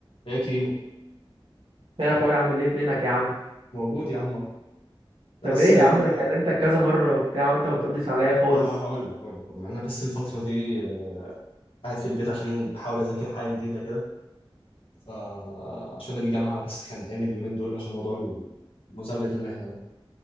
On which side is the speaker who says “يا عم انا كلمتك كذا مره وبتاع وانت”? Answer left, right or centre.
Right